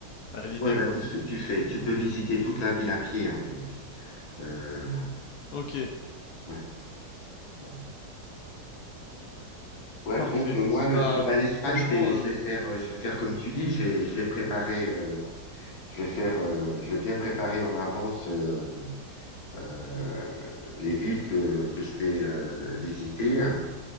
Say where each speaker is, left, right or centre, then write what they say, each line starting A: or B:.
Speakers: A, on the left; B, on the left.
A: à l'idée,
B: ouais, bah,
A: quoi.
B: tu, fais- tu fais, tu peux visiter toute la ville à pied en fait. Euh,
A: Ok,
B: ouais. bon. Ouais,
A: parfait.
B: donc euh, moi, le,
A: Bah,
B: le- bah, l'Espagne,
A: franchement,
B: je vais, je
A: euh,
B: vais faire, euh, je vais faire comme tu dis, je vais, je vais préparer, euh, je vais faire, euh, je vais bien préparer en avance euh, euh, les villes que, que je vais euh, visiter.